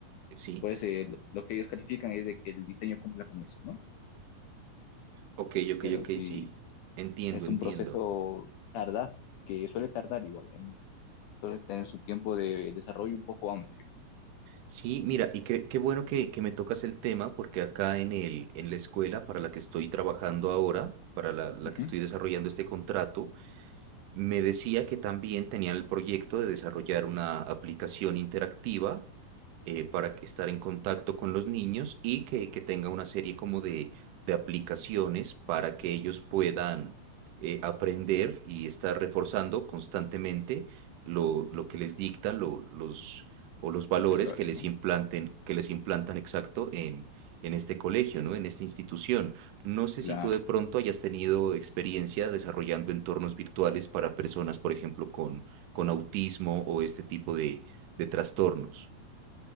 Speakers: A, on the right; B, on the left.
A: sí.
B: pues eh, lo lo que ellos califican es de que el diseño cumpla con eso, ¿no?
A: Ok, ok,
B: Pero
A: ok,
B: si
A: sí. Entiendo,
B: es
A: entiendo.
B: un proceso tardaz, que suele tardar igual, ¿eh? Suele tener su tiempo de desarrollo un poco amplio.
A: Sí, mira, y qué, qué bueno que, que me tocas el tema, porque acá en el, en la escuela para la que estoy trabajando ahora, para la, la
B: Ujú,
A: que estoy desarrollando este contrato, Me decía que también tenían el proyecto de desarrollar una aplicación interactiva eh, para que- estar en contacto con los niños y que, que tenga una serie como de, de aplicaciones para que ellos puedan eh, aprender y estar reforzando constantemente lo, lo que les dictan lo- los, o los valores
B: Profesores,
A: que les
B: ¿no?
A: implanten, que les implantan exacto en, en este colegio, ¿no? En esta institución. No sé si
B: Claro.
A: tú de pronto hayas tenido experiencia desarrollando entornos virtuales para personas, por ejemplo, con, con autismo o este tipo de, de trastornos.